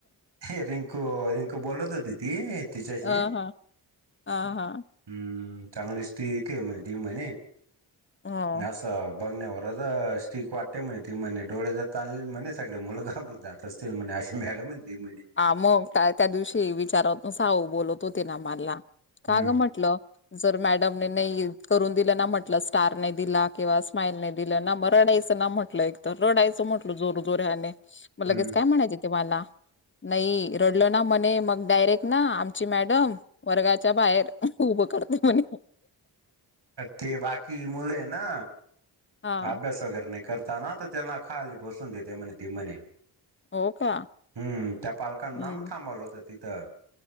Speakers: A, on the right; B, on the left.
A: ते रिंकू रिंकू बोलत होती ती तिच्याशी
B: अ हा अ हा
A: हम्म हम्म चांगली दिसत ती का म्हणे ती म्ह
B: हो
A: घास बघण्या वर स्टीक वाटते म्हणे ती म्हणे डोळे जात आणले म्हणे सगळे मुल घाबरून जात असतील म्हणे असे मॅडम म्हणती म्हणे.
B: आ मग का त्या दिवशी विचारत साऊ बोलत होते ना मला का
A: हम्म
B: ग म्हटलं. जर मॅडमने नाही करून दिलं ना म्हटलं स्टार नाही दिला किंवा स्माइल नाही दिलं ना म रडायचं ना म्हटलं एक तर रडायचं म्हटल जोर जोर्याने म लगेच
A: हम्म
B: काय म्हणायच -- तुम्हाना नाही रडल ना म्हणे मग डायरेक्ट ना आमची मॅडम वर्गाच्या बाहेर उभं करते म्हणे
A: ते बाकी मुले ना
B: हा
A: अभ्यास वगैरे नाही करता ना तर त्याला खाली बसून देते म्हणे ती म्हणे.
B: हो का
A: हम्म त्या पालकांना
B: हम्म
A: म थांबवलं होतं तिथं.